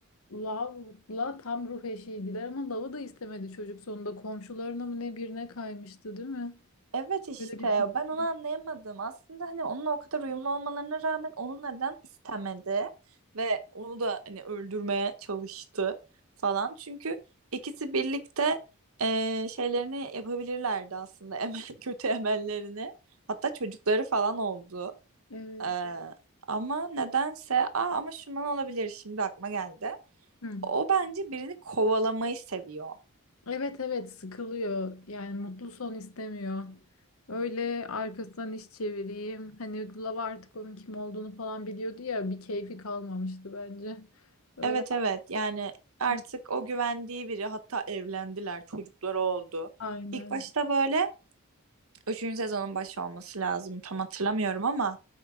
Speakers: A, on the left (about 75°); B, on the right (about 70°).
A: Love'la tam ruh eşiydiler ama Love'ı da istemedi çocuk sonunda. Komşularına mı ne birine kaymıştı değil mi?
B: Evet işte
A: Böyle bitmişti.
B: ben onu
A: <laughs>
B: anlayamadım. Aslında hani onunla o kadar uyumlu olmalarına rağmen onu neden istemedi ve onu da hani öldürmeye çalıştı falan. Çünkü ikisi birlikte eee, şeylerini yapabilirlerdi aslında <laughs> emel, kötü emellerini. Hatta çocukları falan oldu.
A: Evet.
B: Eee, Evet. ama nedense aa, ama şundan olabilir şimdi aklıma geldi.
A: Hı.
B: O bence birini kovalamayı seviyor.
A: Evet evet sıkılıyor. Yani mutlu son istemiyor. Öyle arkasından iş çevireyim. Hani Love artık onun kim olduğunu falan biliyordu ya. Bir keyfi kalmamıştı bence. Öyle.
B: Evet evet yani artık
A: Hı,
B: o güvendiği biri hatta evlendiler çocukları oldu.
A: Aynen.
B: İlk başta böyle üçüncü sezonun başı olması lazım tam hatırlamıyorum ama